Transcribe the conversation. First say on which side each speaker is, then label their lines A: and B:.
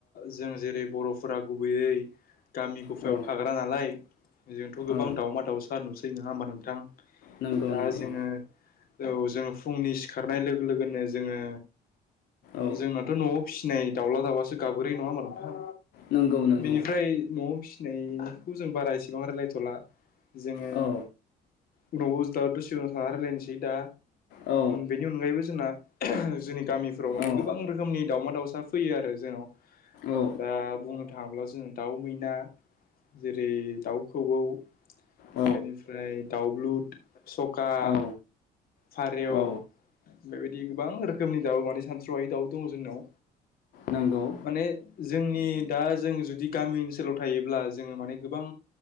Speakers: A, on the left; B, on the left.
A: जों जेरै बर' फोरा गुबैयै गामि गफायाव
B: औ
A: थाग्रा नालाय जोंथ' गोबां
B: औ
A: दावमा दाउसा नुस सै नङा होमबा नोंथां
B: नंगौ
A: दा
B: नंगौ
A: जोङो औ जोङो फुंनि सिखारनाय लोगो लोगोनो जोङो
B: औ
A: जोंनाथ' न'आव फिसिनाय दाउला दाउआसो गाबग्रोयो नङा होमबा नोंथां
B: नंगौ नंगौ
A: बेनिफ्राय न'आव फिस सिनायखौ जों बारा इसेबां रायलायथ'ला जोङो
B: औ
A: उनाव दा दसे उनाव थाना रायलायनोसै दा
B: औ
A: बेनि अनगायैबो जोंना जोंनि गामिफोराव माने
B: औ
A: गोबां रोखोमनि दावमा दाावसा फैयो आरो जोंनाव।
B: औ
A: दा बुंनो थाङाब्ला जोङो दाउ मैना जेरै दाउखौऔ
B: औ
A: बेनिफ्राय दाउब्लुद सखा
B: औ
A: फारौ
B: औ
A: बेबायदि गोबां रोखोमनि दाउ माने सानस्र'है दाउ दङ' जोंनाव
B: नंगौ
A: माने जों नि दा जों जुदि गामि ओनसोलाव थायोब्ला जोङो माने गोबां